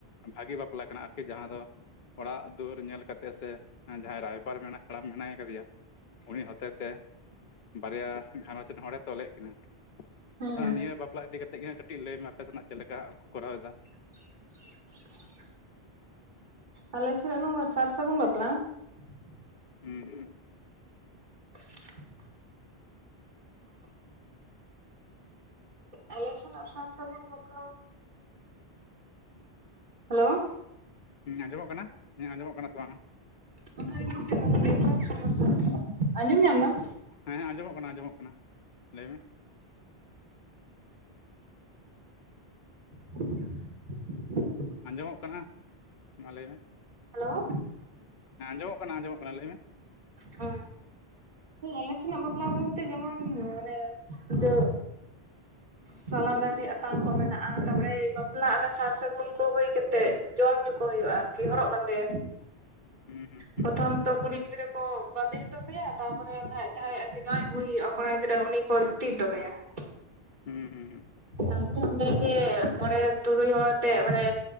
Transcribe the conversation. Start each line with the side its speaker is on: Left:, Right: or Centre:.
Left: ᱵᱷᱟᱹᱜᱤ ᱵᱟᱯᱞᱟ ᱠᱟᱱᱟ ᱟᱨᱠᱤ ᱡᱟᱦᱟᱸ ᱫᱚ ᱚᱲᱟᱜ ᱫᱩᱣᱟᱹᱨ ᱧᱮᱞ ᱠᱟᱛᱮ ᱥᱮ ᱡᱟᱦᱟᱸᱭ ᱨᱟᱭᱵᱟᱨ ᱢᱮᱱᱟᱭ ᱦᱟᱲᱟᱢ ᱢᱮᱱᱟᱭ ᱠᱟᱫᱮᱭᱟ᱾ ᱩᱱᱤ ᱦᱚᱛᱮ ᱛᱮ ᱵᱟᱨᱭᱟ ᱜᱷᱟᱨᱚᱸᱡᱽ ᱨᱮᱱ ᱦᱚᱲ ᱮ ᱛᱚᱞᱮᱫ ᱠᱤᱱᱟᱹ᱾
Right: ᱦᱮᱸ
Left: ᱟᱫᱚ ᱦᱟᱸᱜ ᱱᱤᱭᱟᱹ ᱵᱟᱯᱞᱟ ᱤᱫᱤ ᱠᱟᱛᱮᱫ ᱜᱮ ᱦᱟᱸᱜ ᱠᱟᱹᱴᱤᱡ ᱞᱟᱹᱭ ᱢᱮ ᱟᱯᱮ ᱥᱮᱱᱟᱜ ᱪᱮᱫ ᱞᱮᱠᱟ ᱠᱚᱨᱟᱣ ᱮᱫᱟ᱾
Right: <inaudible> ᱟᱞᱮ ᱥᱮᱱᱟᱜ ᱱᱚᱣᱟ ᱥᱟᱨ ᱥᱟᱹᱜᱩᱱ ᱵᱟᱯᱞᱟ <inaudible>
Left: ᱦᱮᱸ
Right: <inaudible> ᱟᱞᱮ ᱥᱮᱱᱟᱜ ᱥᱟᱨ ᱥᱟᱹᱜᱩᱱ ᱵᱟᱯᱞᱟ ᱫᱚ ᱦᱮᱞᱳ
Left: ᱦᱮᱸ ᱟᱸᱡᱚᱢᱚᱜ ᱠᱟᱱᱟ ᱤᱧᱟᱜ ᱟᱸᱡᱚᱢᱚᱜ ᱠᱟᱱᱟ ᱥᱮ ᱵᱟᱝᱼᱟ?
Right: ᱚᱱᱟ ᱜᱮᱥᱮ ᱱᱚᱰᱮ ᱱᱮᱴᱣᱟᱨᱠ ᱥᱚᱢᱚᱥᱥᱟ ᱟᱸᱡᱚᱢ ᱧᱟᱢ ᱫᱟᱢ?
Left: ᱦᱮᱸ ᱦᱮᱸ ᱟᱸᱡᱚᱢᱚᱜ ᱠᱟᱱᱟ ᱟᱸᱡᱚᱢᱚᱜ ᱠᱟᱱᱟ ᱞᱟᱹᱭ ᱢᱮ ᱾
Right: <inaudible>
Left: ᱟᱸᱡᱚᱢᱚᱜ ᱠᱟᱱᱟ ᱢᱟ ᱞᱟᱹᱭ ᱢᱮ ᱾
Right: ᱦᱮᱞᱳ
Left: ᱦᱮᱸ ᱟᱸᱡᱚᱢᱚᱜ ᱠᱟᱱᱟ ᱟᱸᱢᱚᱢᱚᱜ ᱠᱟᱱᱟ ᱞᱟᱹᱭ ᱢᱮ᱾
Right: ᱦᱩᱸ ᱟᱞᱮ ᱥᱮᱱᱟᱜ ᱵᱟᱯᱞᱟ ᱵᱚᱞᱛᱮ ᱡᱮᱢᱚᱱ ᱢᱟᱱᱮ ᱫᱟᱹ ᱥᱟᱞᱟ ᱫᱟᱲᱦᱤ ᱟᱛᱟᱝ ᱠᱚ ᱢᱮᱱᱟᱜᱼᱟ᱾ ᱛᱟᱯᱚᱨᱮ ᱵᱟᱯᱞᱟ ᱚᱱᱟ ᱥᱟᱨ ᱥᱟᱹᱜᱩᱱ ᱠᱚ ᱦᱳᱭ ᱠᱟᱛᱮ᱾ ᱛᱮ ᱡᱚᱢ ᱧᱩ ᱠᱚ ᱦᱳᱭᱳᱜᱼᱟ ᱟᱨᱠᱤ ᱦᱚᱨᱚᱜ ᱵᱟᱸᱫᱮ
Left: ᱦᱩᱸ ᱦᱩᱸ
Right: ᱯᱨᱚᱛᱷᱚᱢ ᱛᱚ ᱠᱩᱲᱤ ᱜᱤᱫᱽᱨᱟᱹ ᱠᱚ ᱠᱚ ᱵᱟᱸᱫᱮ ᱦᱚᱴᱚ ᱠᱟᱭᱟ ᱛᱟᱯᱚᱨᱮ ᱱᱟᱦᱟᱸᱜ ᱡᱟᱦᱟᱸᱭ ᱟᱨᱠᱤ ᱡᱟᱶᱟᱭ ᱟᱹᱜᱩᱭ ᱦᱩᱭᱩᱜᱼᱟ ᱠᱚᱲᱟ ᱜᱤᱫᱽᱨᱟᱹ ᱩᱱᱤ ᱠᱚ ᱫᱷᱩᱛᱤ ᱦᱚᱴᱚ ᱠᱟᱭᱟ <inaudible>
Left: ᱦᱩᱸ ᱦᱩᱸ ᱦᱩᱸ
Right: ᱛᱟᱨᱯᱚᱨ ᱚᱸᱰᱮ ᱜᱮ ᱢᱚᱬᱮ ᱛᱩᱨᱩᱭ ᱦᱚᱲ ᱟᱛᱮᱜ ᱢᱟᱱᱮ